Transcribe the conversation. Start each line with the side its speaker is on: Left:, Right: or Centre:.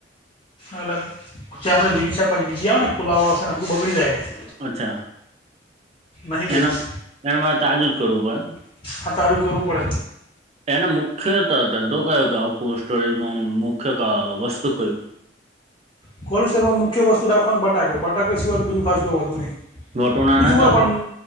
Left: એટલે પછી આપણે લીલી શાકભાજી બીજી આવે ને ફૂલાવા આવશે ને બધું બગડી જાય.
Right: અચ્છા
Left: નહીં રહેતું
Right: એના એના મારે તાજું જ કરવું પડે.
Left: <inaudible> કરવું પડે
Right: એને મુખ્ય ત ધંધો કયો કે આ કોલ્ડ સ્ટોરેજમાં મુખ્ય કા વસ્તુ કઈ?
Left: <inaudible> વસ્તુ રાખવાનું બટાકો બટાકો સિવાય બીજુ ખાસ કોઈ હોતું નહીં.
Right: વટોના
Left: બીજું
Right: ના
Left: હોય
Right: ચાલ
Left: પણ